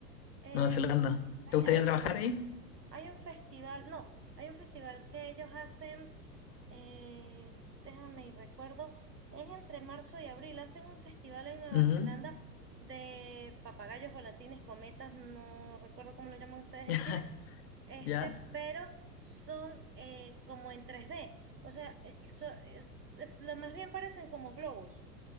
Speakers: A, on the right; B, on the left.
A: Eh,
B: Nueva Zelanda.
A: hay,
B: ¿Te gustaría
A: hay
B: trabajar
A: un,
B: ahí?
A: hay un festival, no, hay un festival que ellos hacen eh, déjame y recuerdo, es entre marzo y abril. Hacen un festival en Nueva
B: Ujú.
A: Zelanda de papagayos, volantines, cometas, no recuerdo cómo lo llaman ustedes
B: <laughs>
A: en Chile, este,
B: ¿Ya?
A: pero son eh, como en tres d O sea, eh, so- es- es- lo más bien parecen como globos.